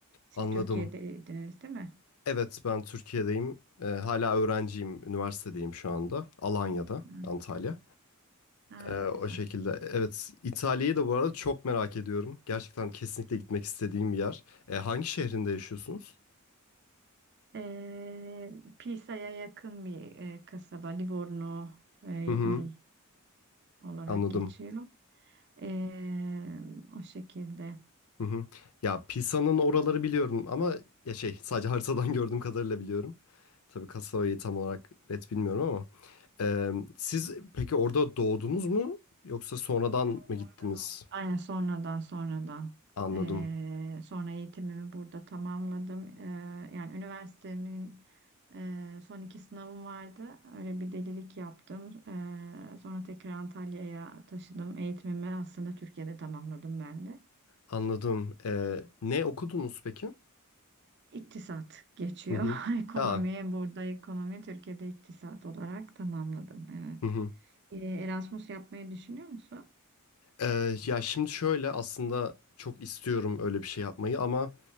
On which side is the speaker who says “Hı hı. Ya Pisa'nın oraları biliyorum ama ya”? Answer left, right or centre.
Left